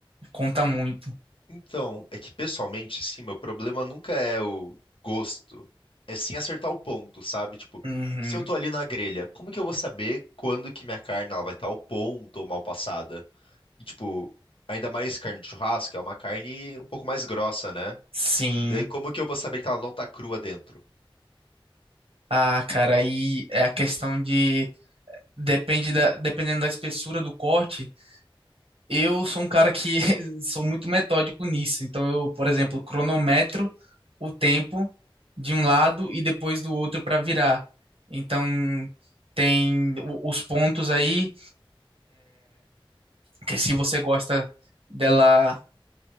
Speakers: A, on the right; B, on the left.
A: conta muito.
B: Então, é que pessoalmente, assim, meu problema nunca é o gosto, é sim acertar o ponto, sabe? Tipo,
A: Uhum.
B: se eu tô ali na grelha, como que eu vou saber quando que minha carne ela vai estar ao ponto ou mal passada? E, tipo, ainda mais carne de churrasco, é uma carne um pouco mais grossa, né?
A: Sim.
B: Daí, como que eu vou saber que ela não tá crua dentro?
A: Ah, cara, aí é a questão de depende da, dependendo da espessura do corte, Eu sou um cara que <laughs> sou muito metódico nisso. Então, eu, por exemplo, cronometro o tempo de um lado e depois do outro para virar. Então, tem o- os pontos aí, que se você gosta dela